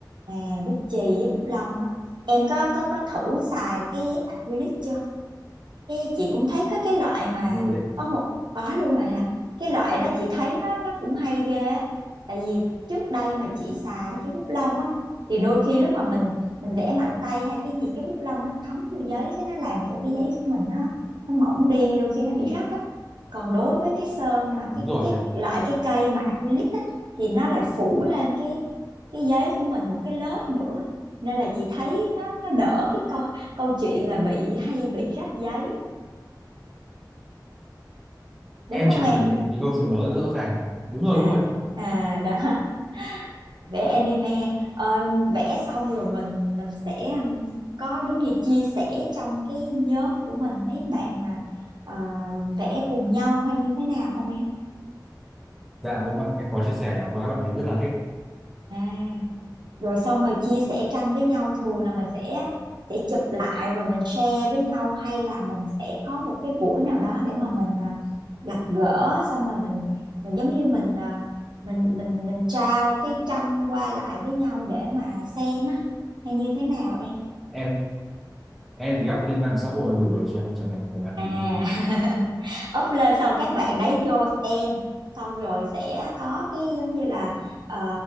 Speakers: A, on the right; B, in the centre.
A: à bút chì với bút lông thôi em có có có thử xài cái acrylic chưa cái chị cũng thấy có cái loại mà
B: rồi đấy
A: có một có luôn rồi hả cái loại đó chị thấy nó nó cũng hay ghê á tại vì trước đây mà chị xài cái bút lông á thì đôi khi lúc mà mình mình vẽ mạnh tay hay cái gì cái bút lông nó thấm vô giấy cái nó làm cho cái giấy của mình nó nó mỏng đi đôi khi nó bị rách á còn đối với cái sơn mà
B: đúng
A: cái
B: rồi
A: cái
B: chị ạ
A: loại cái cây mà acrylic á thì nó lại phủ lên cái cái giấy của mình một cái lớp nữa nên là chị thấy nó nó đỡ cái câu câu chuyện là bị hay bị rách giấy đúng
B: em
A: không
B: trải
A: em
B: nghiệm những cái câu chuyện đó rất rõ ràng đúng rồi
A: à
B: đúng rồi
A: à đó <laughs> vẽ anime ờ, vẽ xong rồi mình mình sẽ um, có giống như chia sẻ trong cái nhóm của mình mấy bạn mà ờ, vẽ cùng nhau hay như thế nào không em
B: dạ đúng rồi em có chia sẻ và các bạn ấy rất là thích
A: à rồi xong mà chia sẻ tranh với nhau thường là mình sẽ sẽ chụp lại rồi mình share với nhau hay là mình sẽ có một cái buổi nào đó để mà mình à, gặp gỡ xong rồi mình mình giống như mình à, mình mình mình trao cái tranh qua lại với nhau để mà xem á hay như thế nào em
B: em em thì up lên mạng xã hội là đủ rồi chị ạ chẳng cần phải làm
A: à
B: gì nữa
A: <laughs> up lên xong các bạn đấy vô xem xong rồi sẽ có cái giống như là ờ,